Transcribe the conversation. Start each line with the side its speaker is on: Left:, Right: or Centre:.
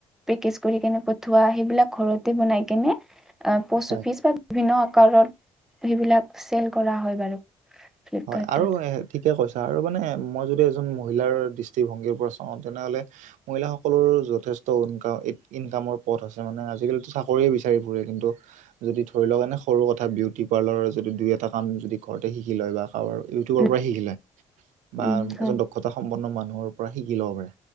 Centre: পেকেজ কৰি কেনে পঠোৱা সেইবিলাক ঘৰতে বনাই কেনে অ, প'ষ্ট
Right: হয়
Centre: অফিচ বা বিভিন্ন আকাৰত সেইবিলাক চেল কৰা হয় বাৰু। ফ্লিপকাৰ্টত।
Right: হয় আৰু এ ঠিকে কৈছা আৰু মানে মই যদি এজন মহিলাৰ দৃষ্টিভংগীৰ পৰা চা অ, তেনেহলে মহিলাস সকলোৰ যথেষ্ট ইনকা -ইনকামৰ পথ আছে মানে আজিকালিতো চাকৰিয়ে বিচাৰি ফুৰে কিন্তু যদি ধৰি লওক এনে সৰু কথা বিউটি পাৰ্লাৰৰ যদি দুই এটা কাম যদি ঘৰতে শিকি লয় বা <unintelligible> ইউটিবৰ
Centre: উম,
Right: পৰা শিকিলে বা
Centre: উম, হয়।
Right: এজন ডক ক্ষতা সম্পন্ন মানুহৰ পৰা শিকি ল'ব পাৰে